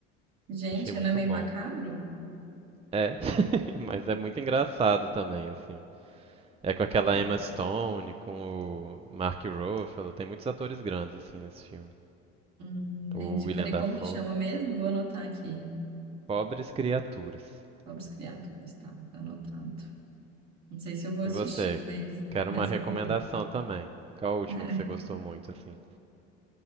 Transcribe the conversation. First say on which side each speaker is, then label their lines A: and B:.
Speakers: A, on the right (about 55°); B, on the right (about 20°).
A: Gente,
B: Achei muito
A: não é meio
B: bom.
A: macabro?
B: É, <laughs> mas é muito engraçado também assim. É com aquela
A: É.
B: Emma Stone, com o Mark Ruffalo, tem muitos atores grandes assim nesse filme.
A: Hum, entendi.
B: O Willem
A: Peraí,
B: Dafoe,
A: como que chama mesmo? Vou anotar aqui.
B: Pobres Criaturas.
A: Pobres criaturas, tá, tá anotado. Não sei se eu vou
B: E
A: assistir,
B: você?
A: mas,
B: Quero
A: mas
B: uma recomendação
A: eu vou ver.
B: também. Qual é o último
A: <laughs>
B: que você gostou muito assim?